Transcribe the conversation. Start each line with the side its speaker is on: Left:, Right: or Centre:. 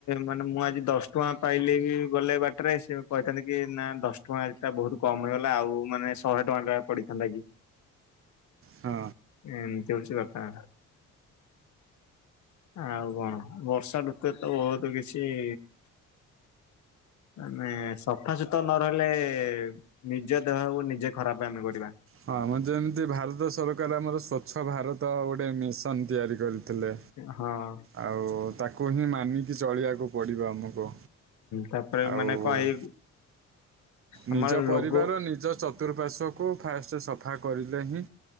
Left: ମାନେ ମୁଁ ଆଜି ଦଶ ଟଙ୍କା ପାଇଲି ବି ଗଲେ ବାଟରେ ସେ କହିଥାନ୍ତି କି ନା ଦଶ ଟଙ୍କା ଏଟା ବହୁତ କମ ହେଇଗଲା ଆଉ ମାନେ ଶହେ ଟଙ୍କା ଟା ପଡି ହେଲାକି
Right: ହଁ
Left: ଏମତି ହଉଛି କଥା ଆଉ କଣ ବର୍ଷାଋତୁ ରେ ତ ବହୁତ କିଛି ମାନେ ସଫା ସୁୁତୁରା ନ ରହିଲେ ନିଜ ଦେହକୁ ନିଜେ ଖରାପ ଆମେ କରିବା।
Right: ହଁ ଆମର ଯେମିତି ଭାରତ ସରକାର ଆମର ସ୍ୱର୍ଚ୍ଛଭାରତ ଗୋଟେ ମିଶନ ତିଆରି କରି ଥିଲେ
Left: ହଁ
Right: ଆଉ ତାକୁ ହିଁ ମାନିକି ଚଳିବାକୁ ପଡ଼ିବ ଆମକୁ।
Left: ତାପରେ
Right: ଆଉ
Left: ମାନେ କଣ ଏଇ ଆମର
Right: ନିଜ ପରିବାର
Left: ରୋଗ
Right: ନିଜ ଚତୁଃପାର୍ଶ୍ଵକୁ ଫାଷ୍ଟ ସଫା କରିଲେ ହିଁ